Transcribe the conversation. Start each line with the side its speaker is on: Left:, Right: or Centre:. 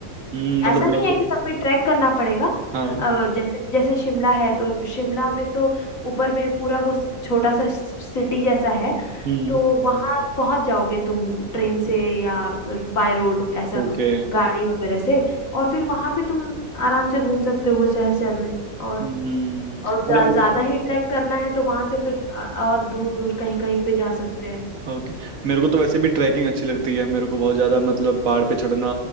Right: हम्म
Left: ऐसा
Right: मतलब
Left: नहीं
Right: मैं तो
Left: है कि सब में ट्रैक करना पड़ेगा
Right: हाँ
Left: अ, जैसे जैसे शिमला है तो शिमला में तो ऊपर में पूरा वो स- छोटा सा सिटी जैसा है
Right: हम्म
Left: तो वहां पहुंच जाओगे तुम ट्रेन से या बाय रोड ऐसा
Right: ओके
Left: गाड़ी वगैरह से और फिर वहां पे तुम आराम से घूम सकते हो वो शहर शहर में और
Right: हम्म
Left: और जा,
Right: अरे मेरे
Left: ज्यादा ही ट्रैक करना है तो वहां से फिर अ- और दूर दूर कहीं कहीं पे जा सकते हैं
Right: ओके मेरे को तो वैसे भी ट्रैकिंग अच्छी लगती है मेरे को बहुत ज्यादा मतलब पहाड़ पे चढ़ना